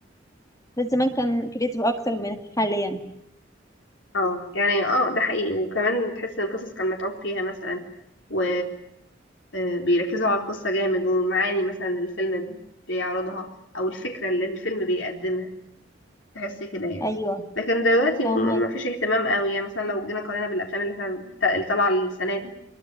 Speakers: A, on the left (about 20°); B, on the left (about 70°).
A: بس زمان كان كريتيف أكتر من حاليا
B: اه يعني اه ده حقيقي وكمان تحس ان القصص كان متعوب فيها مثلا و آه، بيركزوا على القصة جامد والمعاني مثلا اللي الفيلم بيعرضها او الفكرة اللي الفيلم بيقدمها تحسي كده يعني
A: أيوه
B: لكن دلوقتي
A: فاهمك
B: م- مفيش اهتمام قوي يعني مثلا لو جينا قارنا بالافلام اللي احنا بتا- اللي طالعه السنه دي